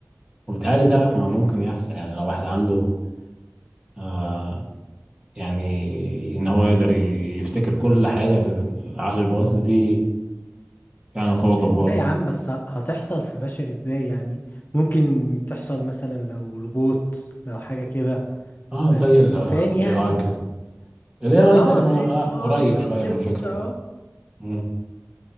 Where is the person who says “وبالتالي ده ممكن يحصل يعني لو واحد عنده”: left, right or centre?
Right